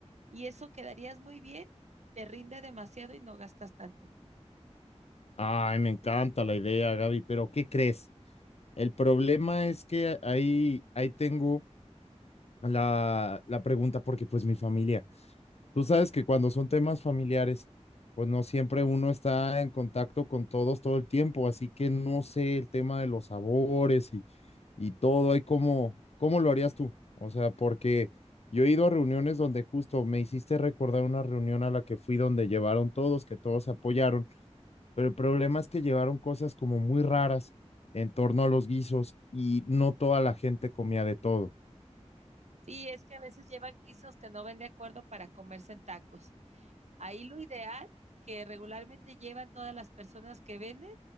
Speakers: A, on the right; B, on the left.
A: Y eso quedarías muy bien, te rinde demasiado y no gastas tanto.
B: Ay, me encanta la idea, Gaby, pero ¿qué crees? El problema es que ahí, ahí tengo la, la pregunta porque pues mi familia, tú sabes que cuando son temas familiares, pues no siempre uno está en contacto con todos todo el tiempo, así que no sé el tema de los sabores y, y todo, ahí cómo, cómo lo harías tú, o sea, porque yo he ido a reuniones donde justo me hiciste recordar una reunión a la que fui donde llevaron todos, que todos se apoyaron pero el problema es que llevaron cosas como muy raras en torno a los guisos y no toda la gente comía de todo.
A: Sí, es que a veces llevan guisos que no ven de acuerdo para comerse en tacos. Ahí lo ideal que regularmente llevan todas las personas que venden